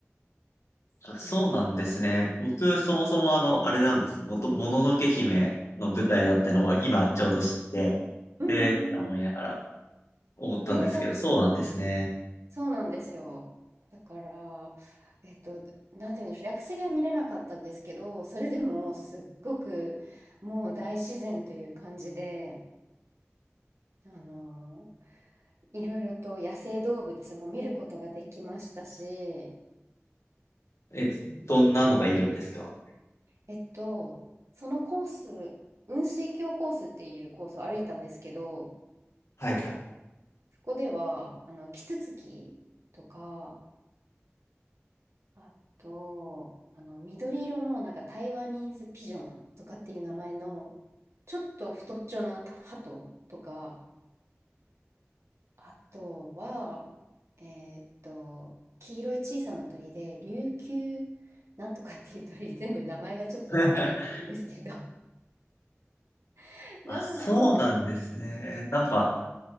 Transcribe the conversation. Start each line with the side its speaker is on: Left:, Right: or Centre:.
Left: あ、
Right: うん。
Left: そうなんですね。僕、そもそもあの、あれなんです。もと、もののけ姫の舞台だってのを今ちょうど知って、
Right: はい。うんうんうん。
Left: えーって思いながら思ったんですけど、
Right: ねえ、
Left: そうなんですね。
Right: そうなんですよ。だから、えっと、なんて言うんでしょう、屋久杉は見れなかったですけど、それでもすっごくもう大自然という感じで、あの、いろいろと野生動物も見ることができましたし、
Left: え、
Right: うん
Left: どんなのがいるんですか
Right: えっと、そのコース、雲水峡コースっていうコースを歩いたんですけど、
Left: <laughs> はいはい。
Right: そこでは、あの、キツツキとか、あと、あの、緑色の、なんか台湾ニーズピジョンとかっていう名前の、ちょっと太っちょな鳩とか、あとは、えーっと、黄色い小さな鳥で、琉球なんとかっていう鳥、全部名前がちょっと曖昧なんですけど、
Left: <laughs>
Right: <laughs>
Left: あ、
Right: が、
Left: そうなんですね。
Right: うん
Left: なんか、